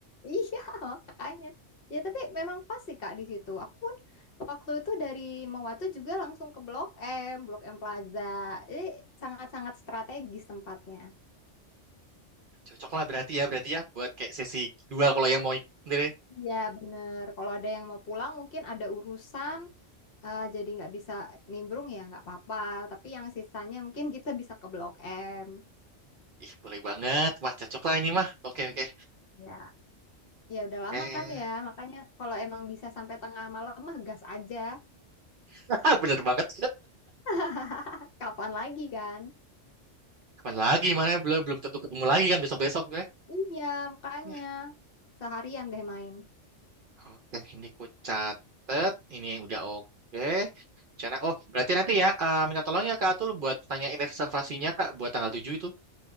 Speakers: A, on the left; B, on the right.
A: Iya, <laughs> makanya. Ya, tapi memang pas sih, Kak, di situ. Aku pun waktu itu dari Mawatu juga langsung ke Blok M, Blok M Plaza. Jadi sangat-sangat strategis tempatnya.
B: Cocok lah berarti ya berarti ya buat kayak sesi dua kalau yang mau sendiri.
A: Iya, bener. Kalau ada yang mau pulang mungkin ada urusan, eh, jadi nggak bisa nimbrung ya nggak apa-apa. Tapi yang sisanya mungkin kita bisa ke Blok M.
B: Ih, boleh banget. Wah, cocok lah ini mah. Oke, oke.
A: Ya. Ya udah lama
B: Eh,
A: kan ya, makanya kalau emang bisa sampai tengah malam mah gas aja.
B: <laughs> bener banget.
A: <laughs> Kapan lagi kan?
B: Kapan lagi mana belum belum tentu ketemu lagi kan besok-besok gue.
A: Iya, makanya
B: Ya,
A: seharian deh main.
B: Oke, ini ku catet. Ini yang udah oke. Rencana. Oh, berarti nanti ya eh, minta tolong ya Kak Atul buat tanyain reservasinya Kak buat tanggal 7 itu.